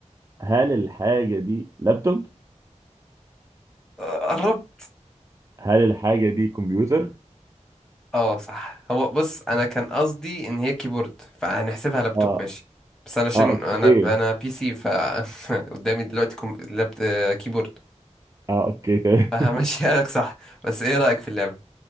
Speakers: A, on the right (about 25°); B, in the centre.
A: هل الحاجة دي لابتوب
B: آه، قربت
A: هل الحاجة دي كمبيوتر
B: اه صح هو بص انا كان قصدي ان هي كيبورد فهنحسبها لابتوب
A: اه
B: ماشي بس انا عشان
A: اه اوكي
B: انا انا بي سي ف <laughs> قدامي دلوقتي كم... لاب... آه، كيبورد
A: اه اوكي <laughs>
B: فهمشيها لك <laughs> صح بس ايه رأيك في اللعبة